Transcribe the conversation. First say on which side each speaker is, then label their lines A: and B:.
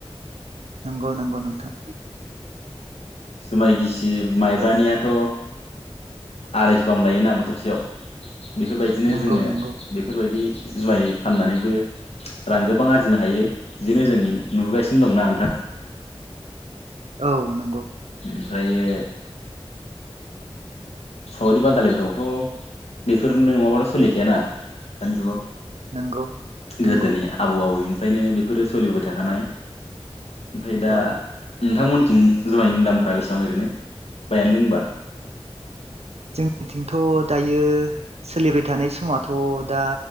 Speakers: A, on the right; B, on the left.
A: नंगौ नंगौ नोंथां
B: जुमाय गिसि माइब्रानियाथ' आरायस' गाहाम लायोना बथलसेयाव बेफोरबायदिनो
A: नंगौ
B: जोङो
A: नंगौ
B: बेफोरबायदि जुमाइ फाननानैबो रां गोबां आरजिनो हायो बिदिनो जों नुबोगासिनो दं ना नोंथां
A: औ नंगौ
B: ओमफ्रायो सावरि बादालिफोरावथ' बेफोर नङाबाथ' सोलिखायाना दानि जुगाव
A: नंगौ
B: गोदोनि
A: नंगौ
B: आबौ आबौनिफ्रायनो बेफोरो सोलिबोबाय थाखानाय ओमफ्राय दा
A: औ
B: नोंथांमोनथिं जुमायनि दामफ्रा बेसेबां ओरैनो बायनानै लोंबा
A: जोंनिथिंथ' दायो सोलिबाय थानाय समावथ' दा